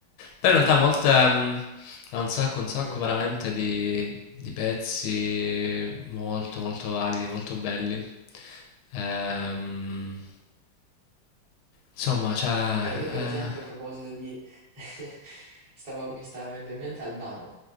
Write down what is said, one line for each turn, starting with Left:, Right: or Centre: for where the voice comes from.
Left: Però in realtà molte, mm, ha un sacco, un sacco
Right: Mm.
Left: veramente di, di pezzi molto, molto validi, molto belli. Ehm, insomma, cioè...
Right: Cioè, io per
Left: eh,
Right: esempio a proposito di... <laughs> stavo- mi stava venendo in mente Albano,